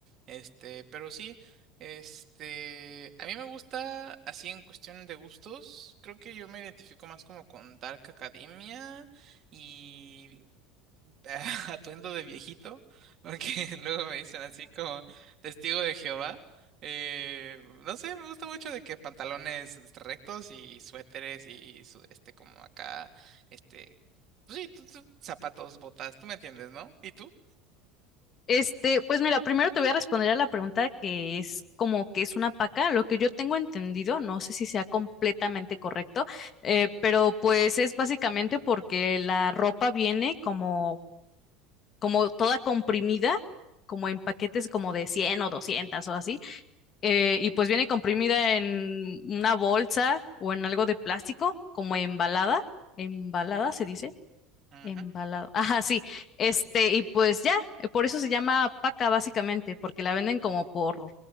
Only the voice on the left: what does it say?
Este, pues mira, primero te voy a responder a la pregunta que es como que es una paca, lo que yo tengo entendido, no sé si sea completamente correcto, eh, pero pues es básicamente porque la ropa viene como como toda comprimida, como en paquetes como de 100 o 200 o así, eh, y pues viene comprimida en una bolsa o en algo de plástico, como embalada, embalada se dice,
embalado, ajá, sí, este, y pues ya, eh, por eso se llama paca básicamente, porque la venden como por,